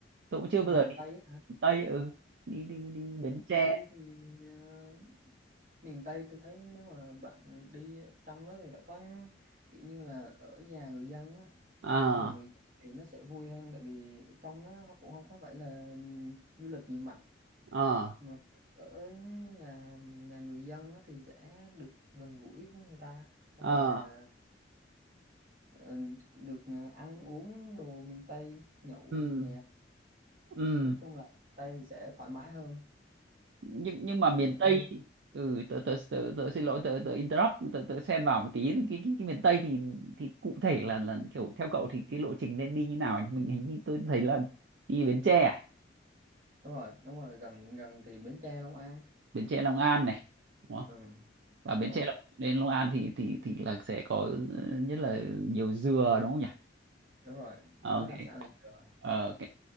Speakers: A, on the right; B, on the right.
A: tôi cũng chưa
B: miền
A: bao giờ đi
B: Tây á hả
A: miền Tây ừ đi đi đi Bến
B: miền
A: Tre
B: Tây thì ờ, miền Tây tôi thấy nếu mà bạn đi trong đó thì phải có kiểu như là ở nhà người dân á
A: ờ
B: nhà người dân thì nó sẽ vui hơn tại vì trong nó nó cũng không có phải là du lịch gì mạnh
A: ờ
B: mà ở nhà nhà người dân á thì sẽ được gần gũi với người ta xong
A: ờ
B: rồi à, ờ, được ờ, ăn uống đồ miền Tây nhậu
A: ừ
B: nhẹt
A: ừ
B: nói chung là Tây thì sẽ thoải mái hơn
A: nhưng nhưng mà miền
B: miền
A: Tây
B: Tây
A: thì- ừ tớ tớ tớ, tớ xin lỗi tớ tớ interrupt tớ tớ xen vào một tí cái, cái, cái miền Tây thì thì cụ thể là là kiểu theo cậu thì cái lộ trình nên đi như nào nhỉ mình hình như tôi thấy là đi Bến Tre à?
B: đúng rồi đúng rồi gần gần thì Bến Tre Long An
A: Bến Tre Long An này đúng không
B: ừ
A: và Bến
B: đúng
A: Tre
B: rồi
A: Long đến Long An thì thì thì là sẽ có ừ, nhất là nhiều dừa đúng không nhỉ
B: đúng rồi
A: Ờ,
B: đó
A: ok
B: đặc sản là dừa mà.
A: Ờ, ok